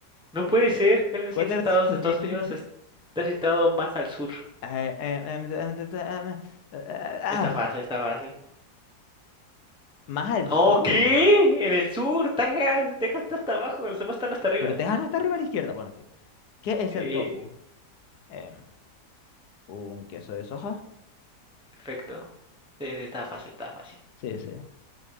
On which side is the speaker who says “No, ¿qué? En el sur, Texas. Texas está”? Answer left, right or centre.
Centre